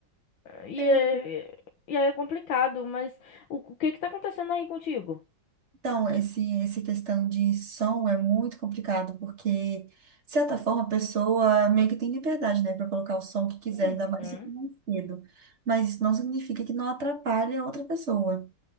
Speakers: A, on the left; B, on the right.
A: E,
B: É,
A: é- e aí é complicado, mas o, o que que tá acontecendo aí contigo?
B: Então, esse, essa questão de som é muito complicado, porque, de certa forma, a pessoa meio que tem liberdade, né, para colocar o som que quiser,
A: Uhum.
B: ainda mais se for mais cedo. Mas isso não significa que não atrapalhe a outra pessoa.